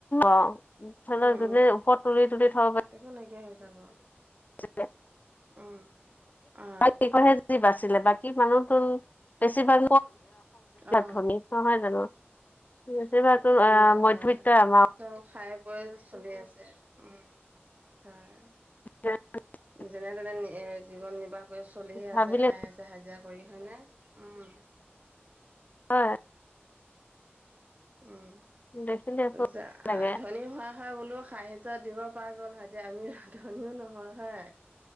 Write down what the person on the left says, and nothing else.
অ
যোনে
ওপৰত তুলি তুলি থব পা
<unintelligible>
সিকনে যি বাচিলে বাকী মানুহ তো বেছিভাগ
ধনী নহয় জানো বেছিভাগো আ
মধ্যবিত্তই
আমাৰ
অ <unintelligible>
ভাবিলে
হয়
দেখিলে খুব
লাগে